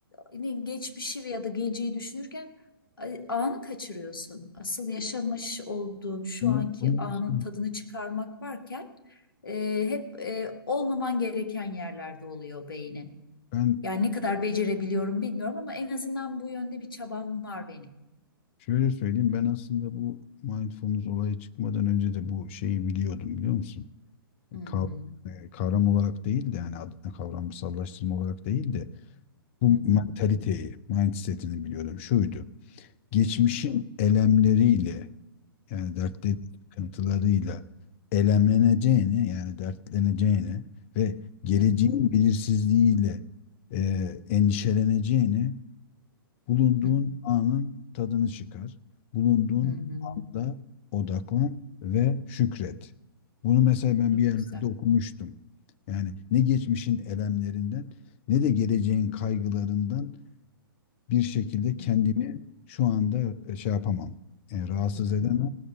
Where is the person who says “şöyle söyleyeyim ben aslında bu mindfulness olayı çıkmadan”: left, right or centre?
Left